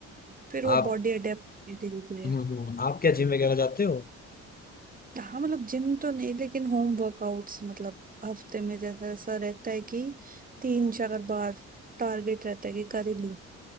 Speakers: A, on the right; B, on the left.
A: फिर
B: आप
A: वो बॉडी अडेप्ट धीरे धीरे
B: हम्म हम्म, आप क्या जिम वगैरह जाते हो
A: हाँ मतलब जिम तो नहीं लेकिन होम वर्कआउट्स मतलब हफ्ते में जैसा ऐसा रहता है कि तीन चार बार टारगेट रहता है कि कर ही लूं